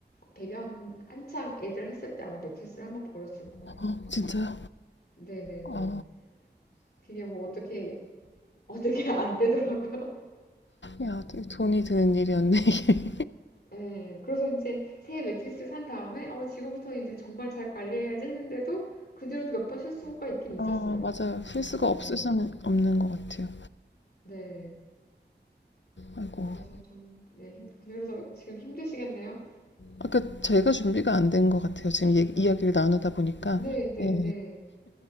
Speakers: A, on the left; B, on the left.
A: 배변 한창 애들 했을 때 아마 매트리스를 한번 버렸을 거예요.
B: 어, 진짜요?
A: 네네네.
B: 아,
A: 그게 뭐 어떻게 어떻게 안 되더라고요.
B: 야, 되게 돈이 드는 일이었네. 이게.
A: <laughs> 예. 그래서 이제 새 매트리스를 산 다음에 어 지금부터 이제 정말 잘 관리해야지 했는데도 그 뒤로도 몇 번 실수가
B: <laughs>
A: 있긴 있었어요.
B: 아, 맞아요. 필수가
A: 네,
B: 없을 수는 없는 것 같아요.
A: 네.
B: 아이고.
A: 그래서 좀, 네, 힘, 근데 그래서 지금 힘드시겠네요?
B: 아까 제가 준비가 안 된 것 같아요. 지금 얘기- 이야기를 나누다 보니까.
A: 네, 네,
B: 네.
A: 네.